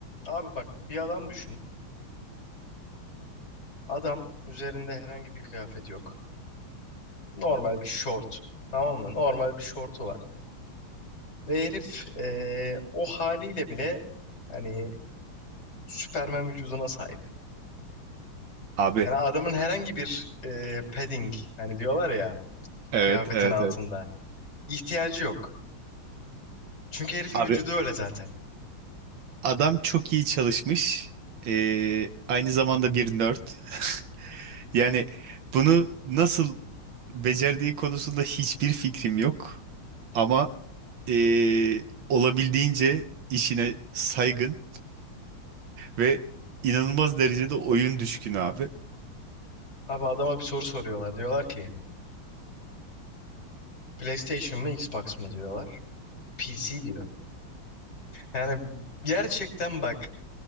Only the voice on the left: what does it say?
Abi bak bir adam düşün. Adam üzerinde herhangi bir kıyafet yok. Normal bir şort. Tamam mı? Normal bir şortu var. Ve herif eee, o haliyle bile hani Süpermen vücuduna sahip.
Yani adamın herhangi bir eee, padding hani diyorlar ya
kıyafetin
altında
ihtiyacı yok. Çünkü herifin
vücudu öyle zaten.
Abi adama bir soru soruyorlar. Diyorlar ki PlayStation mı Xbox mı diyorlar. PC diyor. Yani gerçekten bak